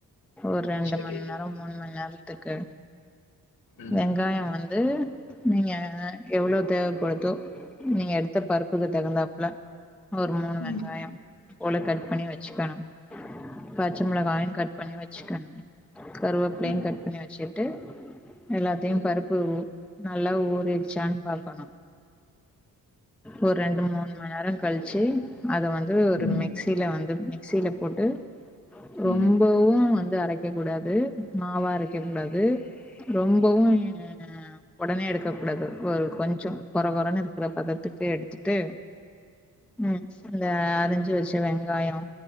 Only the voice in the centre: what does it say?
ஒரு ரெண்டு
மண் நேரோ மூணு மண் நேரோ த்துக்கு
வெங்காயோ வந் து நீங்க எவ்ளோ தேவப்படுதோ நீங்க எடுத்த பருப்புக்கு தகுந்தாப்புல ஒரு மூணு வெங்காயோ
<unintelligible> கட் பண்ணி வச்சுக்கணு பச்ச மிளகாயு கட் பண்ணி வெச்சுக்கணு கருவேப்பிலையு
கட் பண்ணி வெச்சுக் ட்டு எல்லாத்தையும்
பருப்பு நல்லா ஊறிர்ச்சான்னு பாக்கணு ஒரு ரெண்டு மூணு மணி நேரோ கழிச்சி அத வந்து ஒரு
மிக்ஸில வந்து மிக்சில போட்டு
ரொம்பவூ
வந். இது அரைக்க கூடாது மாவா அரைக்க கூடாது ரொம்பவும் உடனே எடுக்க கூடாது ஒரு கொஞ்சோ கொரகொரன்னு இருக்ற பதத்துக்கு எடுத்துட்டு. உம் அந்த அஞ்சு வர்ஷ். ச்ச வெங்காயோ.